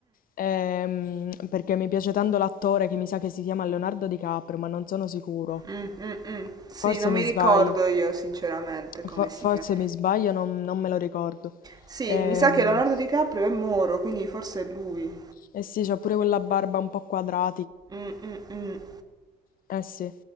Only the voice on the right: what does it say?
mm, mm, mm. Sì,
non mi
ricordo
io sinceramente come
si
chiama.
Sì,
mi sa che Leonardo DiCaprio è Moro, quindi forse è lui.
Mm, mm, mm.